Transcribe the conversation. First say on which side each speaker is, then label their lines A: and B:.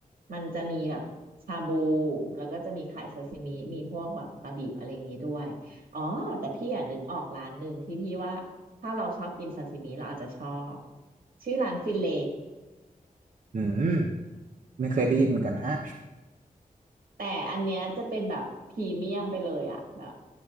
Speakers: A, on the right; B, on the right.
A: มันจะมีแบบชาบูแล้วก็จะมีขายซาซิมิมีพวกแบบปลาดิบอะไรอย่างงี้ด้วยอ๋อ แต่พี่อยากนึกออกร้านหนึ่งที่พี่ว่า ถ้าเราชอบกินซาซิมิเราอาจจะชอบชื่อร้านฟิเล
B: อืมไม่เคยได้ยินเหมือนกันฮะ
A: อืมแต่อันเนี้ยจะเป็นแบบพรีเมียมไปเลยอะแบบ